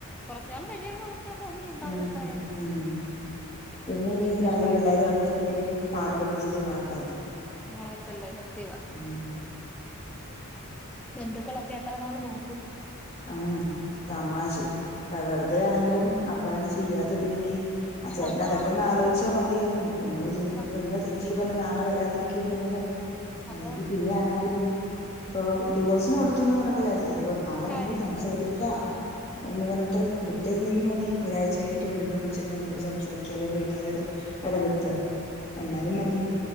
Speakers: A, in the centre; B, on the left.
A: കൊറച്ച് നാൾ കഴിയുമ്പോ അവർക്ക് തോന്നലുണ്ടാവും
B: ഉം
A: എന്തായാലും
B: ഉം പിന്നെ
A: എന്തായാലും
B: ഇനി രണ്ടു
A: കഷ്ടമായി
B: പിള്ളോരും
A: പോയി
B: ഒറ്റയ്ക്ക ന്നെ പാടു പെട്ടി ചേച്ചി വളർത്തണ്ടേ
A: വളർത്തണ്ടെ സത്യവാ
B: ഉം
A: ബന്ധുക്കളൊക്കെ എത്ര നാള് നോക്കും
B: ആഹ് തമാശി വെറുതെ ആണെങ്കിലും അപ്പൊ അങ്ങനെ ചെയ്യാതിരുന്നെങ്കിൽ ആ ചേട്ടന്
A: അതാ
B: അതൊക്കെ ഒന്ന് ആലോചിച്ചാൽ മതിയായിരുന്നു ഒന്നും ഇല്ലെങ്കില്
A: സത്യം
B: ഇപ്പൊ ഇന്ന് തെ റ്റി പറഞ്ഞ് നാളെ വരാതിരിക്കൊന്നുംല്ലല്ലോ
A: അതാ
B: അല്ലെങ്കിൽ പിന്നെ ആണെങ്കിലും ഇപ്പൊ ഡിവോഴ്സിിന് കൊടുത്തുന്ന് പറഞ്ഞിട്ട് കാര്യല്ലല്ലോ നാളെ
A: കാര്യമില്ല
B: ണെങ്കി സംസാരിക്കാം എന്ന് പറഞ്ഞിട്ട് വിട്ടേരുന്നെങ്കി മതി ഒരാഴ്ച കഴിഞ്ഞിട്ട് വീണ്ടോന്ന് ചെന്ന് ഒന്നുകുടി സംസാരിക്കുക അല്ലെങ്കി വീട്ടുകാരോട് എടപെടുത്ത എന്നാലും മതി